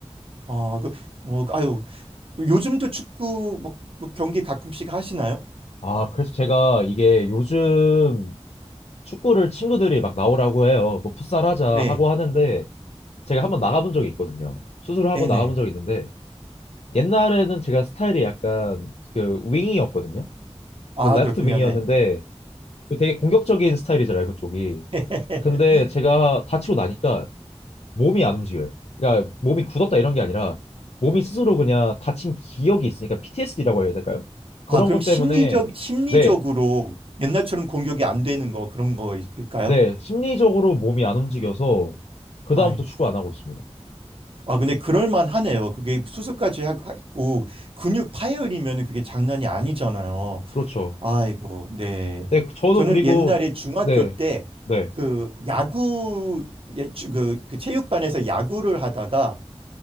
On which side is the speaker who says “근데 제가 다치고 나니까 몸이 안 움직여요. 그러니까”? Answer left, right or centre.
Left